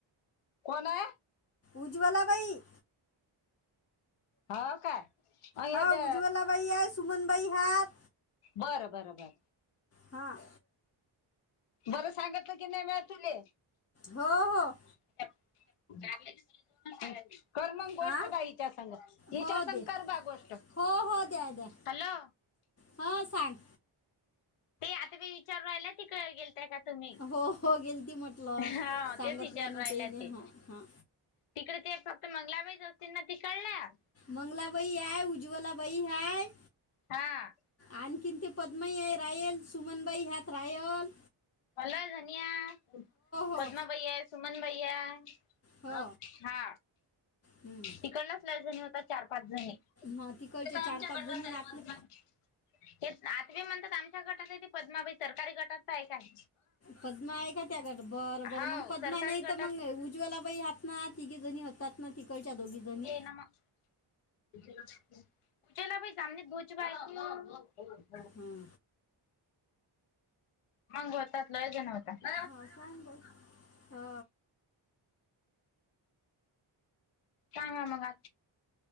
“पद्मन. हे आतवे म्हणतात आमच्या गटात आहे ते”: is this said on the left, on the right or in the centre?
Left